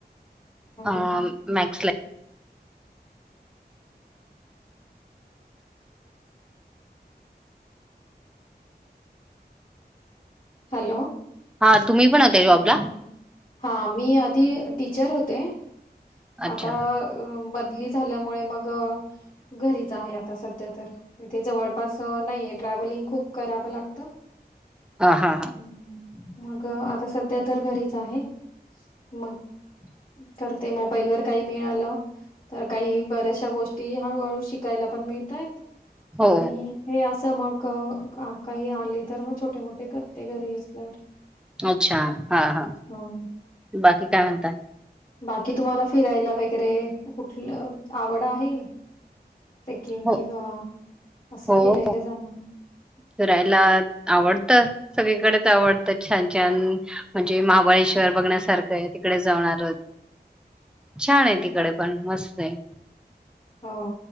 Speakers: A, in the centre; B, on the left (about 30°).
A: हं,
B: ह
A: मँ-
B: हॅलो?
A: हा तुम्ही पण होते जॉबला
B: हा, हा. हा, मी आधी टीचर होते.
A: अच्छा
B: आता बदली झाल्यामुळे मग- घरीच आहे आता सध्या तर, इथे जवळपास नाहीे ट्रॅव्हलिंग खूप करावं लागत.
A: हा, हा, हा.
B: हम्म, मग आता सध्या तर घरीच आहे, मग- करते, मोबाईल वर काही मिळालं- तर काही बऱ्याचशा गोष्टी हळूहळू शिकायला पण मिळतात-
A: हो
B: आणि हे असं मग काही आले तर मग छोटे, मोठे करते. ते घरी असल्यावर.
A: अच्छा हा हा
B: हो
A: बाकी काय म्हणताय?
B: बाकी तुम्हाला फिरायला वगैरे, कुठल आवड आहे? ट्रेकिंग
A: हो
B: किंवा असं
A: हो
B: फिरायला जाणं.
A: फिरायला आवडतं. सगळीकडेच आवडतं छान, छान म्हणजे महाबळेश्वर बघण्यासारखं आहे तिकडे जाऊन आलोत. छान आहे तिकडे पण, मस्त आहे.
B: हा.